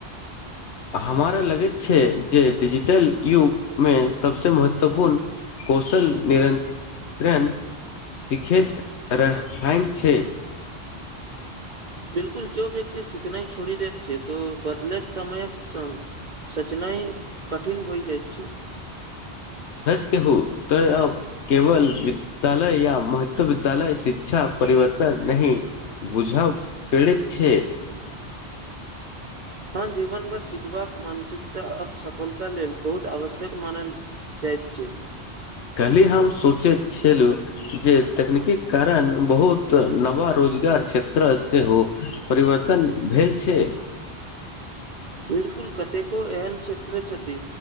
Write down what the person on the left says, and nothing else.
हमारा लगैत छै जे डिजिटल युग मे सबसे महत्वपूर्ण कौशल निरंत्रण सिखे रहाय छै <inaudible>
सच कहू त अब केवल विद्यालय या महत्व विद्यालय शिक्षा परिवर्तन नहि बुझाव फेरित छै
कली हम सोचैत छलहु जे तकनीकीक कारण बहुत नवा रोज रोजगार क्षेत्र सेहो परिवर्तन भेल छै